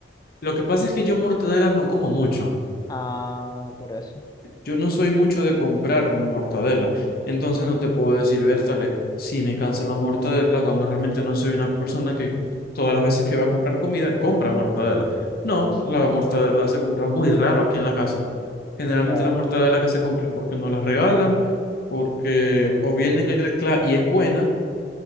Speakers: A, on the left; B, on the left.
A: Lo que pasa es que yo mortadela no como mucho.
B: Ah, por eso.
A: Yo no soy mucho de comprar mortadela, entonces no te puedo decir, Bertale, si me cansa la mortadela cuando realmente no soy una persona que todas las veces que va a comprar comida compra mortadela. No, la mortadela se compra muy raro aquí en la casa. Generalmente
B: Ya.
A: la mortadela que se compra es porque no la regalan, porque o viene en el CLA y es buena,